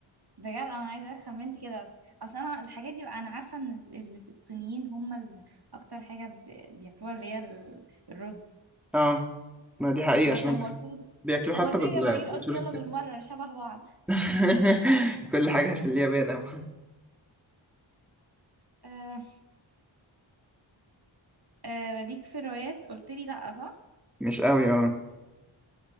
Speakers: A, on the right (about 50°); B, in the centre.
A: بجد أنا عايزة خمنت كده بس أصل أنا الحاجات دي بقى أنا عارفة إن اللي في الصينيين هم اللي أكتر حاجة ب- بياكلوها اللي هي ال- الرز
B: اه ما دي حقيقة
A: بس
B: عشان
A: لما
B: هم
A: قلت لي
B: بياكلوه
A: لما
B: حتى
A: قلت
B: بال-
A: لي يا بنين قلت
B: بالتورستيك
A: يلا بالمرة شبه بعض
B: <laughs> كل حاجة في اليابان أوي
A: أه آه ليك في الروايات قلت لي لا صح
B: مش أوي اه